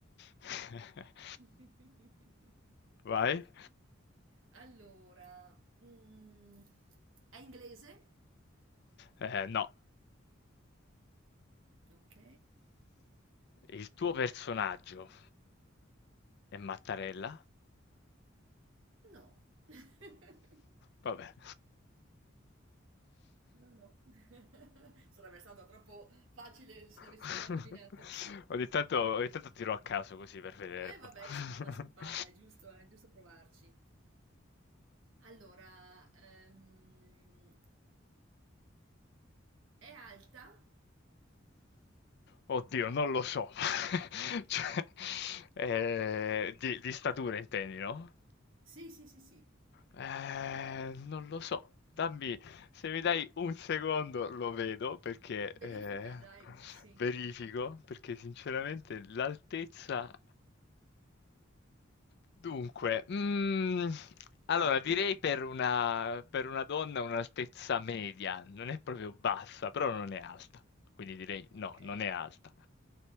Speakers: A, on the left (about 55°); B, on the right (about 75°).
A: <laughs>
B: <laughs>
A: Vai.
B: Allora, mm, è inglese?
A: Eh, no.
B: Ok.
A: Il tuo personaggio è Mattarella?
B: No. <laughs>
A: Vabbè.
B: No, no. <laughs> Sarebbe stato troppo facile se l'avessi
A: <laughs>
B: già indovinato. <laughs>
A: Ogni tanto, ogni tanto tiro a caso così per vedere.
B: Eh
A: boh.
B: vabbè,
A: <laughs>
B: insomma, ma si fa, è giusto, è giusto provarci. Allora, ehm, è alta?
A: Oddio, non lo so. <laughs> Cioè, eh, di, di statura intendi, no?
B: Sì, sì, sì, sì.
A: Eh, non lo so. Dammi, Se mi dai un secondo lo vedo perché
B: Verifica,
A: eh,
B: dai, sì.
A: verifico, perché sinceramente l'altezza... Dunque, mm, allora direi per una, per una donna un'altezza media, non è proprio bassa, però non è alta, quindi direi
B: Ok,
A: no, non è alta.